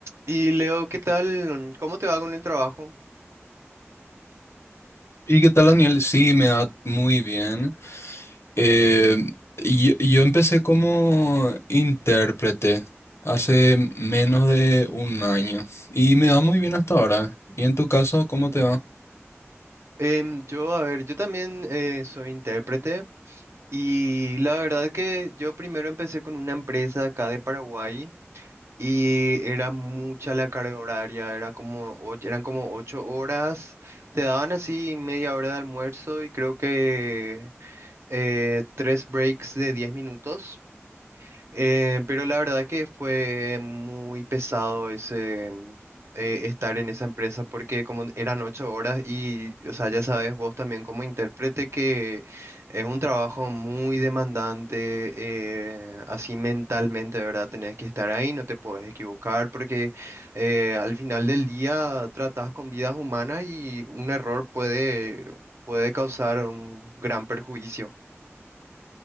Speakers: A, on the right (about 65°); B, on the left (about 65°).
A: Y Leo, ¿qué tal? ¿Cómo te va con el trabajo?
B: ¿Y qué tal, Daniel? Sí, me da muy bien. Eh, yo, yo empecé como intérprete hace menos de un año y me va muy bien hasta ahora. ¿Y en tu caso, cómo te va?
A: Em, yo, a ver, yo también eh, soy intérprete y la verdad que yo primero empecé con una empresa acá de Paraguay y era mucha la carga horaria, era como och- eran como ocho horas, te daban así media hora de almuerzo y creo que eh, tres breaks de diez minutos. Eh, pero la verdad que fue muy pesado ese mm, eh, estar en esa empresa porque como eran ocho horas y, o sea, ya sabes vos también como intérprete que es un trabajo muy demandante, eh, así mentalmente, ¿verdad? Tenés que estar ahí, no te puedes equivocar porque eh, al final del día tratás con vidas humanas y un error puede, puede causar un gran perjuicio.